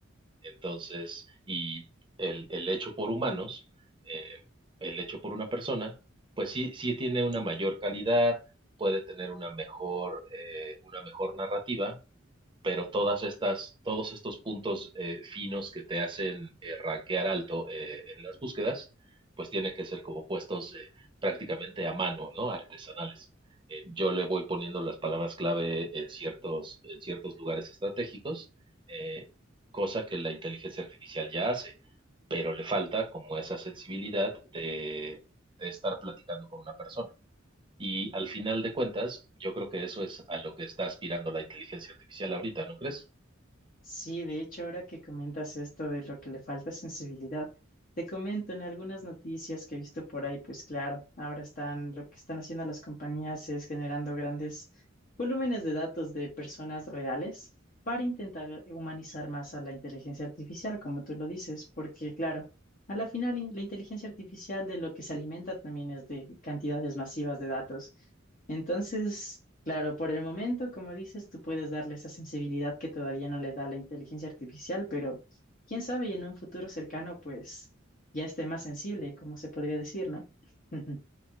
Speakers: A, on the right; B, on the left.
A: Entonces, y el, el hecho por humanos, eh, el hecho por una persona, pues sí, sí tiene una mayor calidad, puede tener una mejor, eh, una mejor narrativa, pero todas estas, todos estos puntos eh, finos que te hacen eh, rankear alto eh, en las búsquedas, pues tienen que ser como puestos eh, prácticamente a mano, ¿no? Artesanales. Eh, yo le voy poniendo las palabras clave en ciertos, en ciertos lugares estratégicos, eh, cosa que la inteligencia artificial ya hace, pero le falta como esa sensibilidad de, de estar platicando con una persona. Y al final de cuentas, yo creo que eso es a lo que está aspirando la inteligencia artificial ahorita, ¿no crees?
B: Sí, de hecho, ahora que comentas esto de lo que le falta sensibilidad, te comento en algunas noticias que he visto por ahí, pues claro, ahora están, lo que están haciendo las compañías es generando grandes volúmenes de datos de personas reales para intentar humanizar más a la inteligencia artificial, como tú lo dices, porque claro, a la final in- la inteligencia artificial de lo que se alimenta también es de cantidades masivas de datos. Entonces, claro, por el momento, como dices, tú puedes darle esa sensibilidad que todavía no le da la inteligencia artificial, pero quién sabe, y en un futuro cercano, pues ya esté más sensible, como se podría decir, ¿no? <laughs>